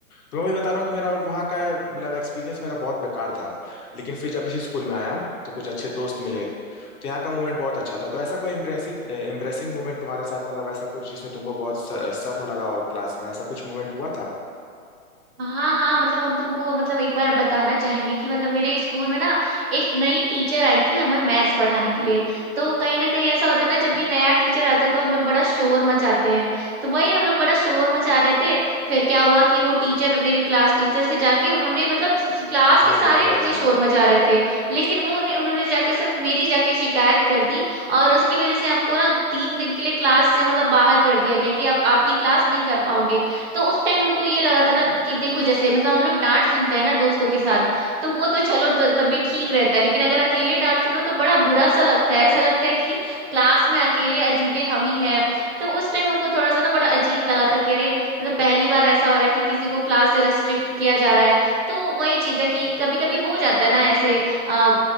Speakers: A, on the left (about 80°); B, on the right (about 45°).
A: तो मैं वही बता रहा हूँ कि मेरा वहाँ का मतलब एक्सपीरियंस मेरा बहुत बेकार था लेकिन फिर जब इसी स्कूल में आया तो कुछ अच्छे दोस्त मिले तो यहाँ का मोमेंट बहुत अच्छा था तो ऐसा कोई इम्प्रेसिव इम्प्रेसिंग मोमेंट तुम्हारे साथ मतलब ऐसा कुछ जिसमें तुमको बहुत श- शर्म लगा हो क्लास में ऐसा कुछ मोमेंट हुआ था
B: हाँ हाँ मतलब हम तुमको मतलब एक बार बताना चाहेंगे कि मतलब मेरे स्कूल में ना एक नई टीचर आई थी हमें मैथ्स पढ़ाने के लिए तो कहीं ना कहीं ऐसा होता है ना जब भी नया टीचर आता है तो हम लोग बड़ा शोर मचाते हैं तो वही हम लोग बड़ा शोर मचा रहे थे फिर क्या हुआ कि वो टीचर मेरी क्लास टीचर से जाके उन्होंने मतलब क्लास
A: हाँ
B: के सारे
A: ये तो
B: बच्चे
A: है ये
B: शोर
A: तो है
B: मचा रहे थे लेकिन वो उन्हें- उन्होंने जाके सिर्फ मेरी जाके शिकायत कर दी और उसकी वजह से हमको ना तीन दिन के लिए क्लास से मतलब बाहर कर दिया गया कि अब आप ये क्लास नहीं कर पाओगे तो उस टाइम हमको ये लगा था ना कि देखो जैसे मतलब हम लोग डांट सुनते हैं ना दोस्तों के साथ तो वो तो चलो त- तब भी ठीक रहता है लेकिन अगर अकेले डांट सुनो तो बड़ा बुरा सा लगता है ऐसा लगता है कि क्लास में अकेले अजूबे हम ही हैं तो उस टाइम हमको थोड़ा सा ना बड़ा अजीब लगा था कि अरे मतलब पहली बार ऐसा हो रहा है कि किसी को क्लास से रेस्ट्रिक्ट किया जा रहा है तो वही चीज है कि कभी कभी हो जाता है ना ऐसे अ,